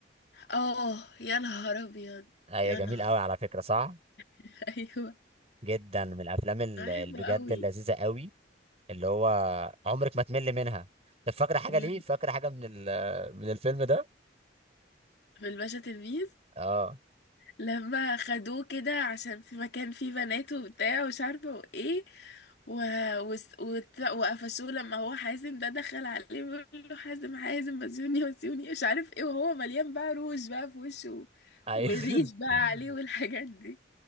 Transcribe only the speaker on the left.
اه يا نهار ابيض
يا
نهار
<laughs> ايوه
بحبه
قوي
مم.
في الباشا تلميذ
لما خدوه كده عشان في مكان فيه بنات وبتاع ومش عارفه وايه و... وس- وت- وقفشوه لما هو حازم ده دخل عليه بيقول له حازم حازم وزيوني وزيوني مش عارف ايه وهو مليان بقى روج بقى في وشه
والريش بقى
عليه والحاجات دي